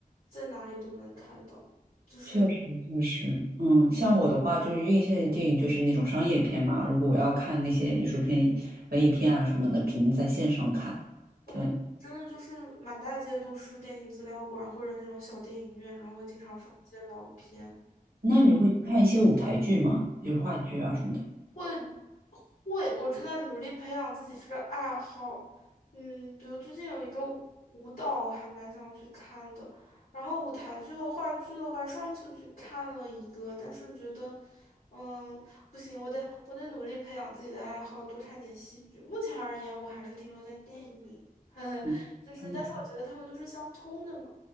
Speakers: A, on the left; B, on the right.
A: 在哪里都能看到。就是
B: 确实确实，嗯，像我的话，就是院线电影就是那种商业片嘛。如果我要看那些艺术片、文艺片啊什么的，只能在线上看。
A: 我们真的就是满大街都是电影资料馆或者那种小电影院，
B: 对，
A: 然后会经常放一些老片。
B: 那你会看一些舞台剧吗？就是话剧啊什么的。
A: 会会，我正在努力培养自己这个爱好。嗯，比如最近有一个舞舞蹈，我还蛮想去看的。然后舞台剧和话剧的话，上次去看了一个，但是觉得，嗯，不行，我得我得努力培养自己的爱好，多看点戏剧。目前而言，我还是停留在电影，<laughs>
B: 嗯，
A: 就是，
B: 嗯
A: 但是我觉得他们都是相通的嘛。